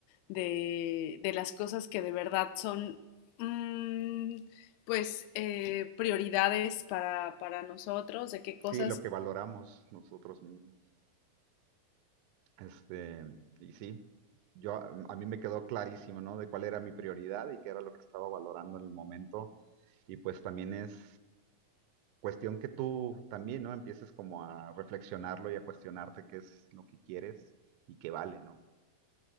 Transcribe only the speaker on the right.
Sí,
lo que valoramos nosotros mismos. Este, y sí, yo a a mí me quedó clarísimo, ¿no? De cuál era mi prioridad y qué era lo que estaba valorando en el momento. Y pues también es cuestión que tú también, ¿no? Empieces como a reflexionarlo y a cuestionarte qué es lo que quieres y qué vale, ¿no?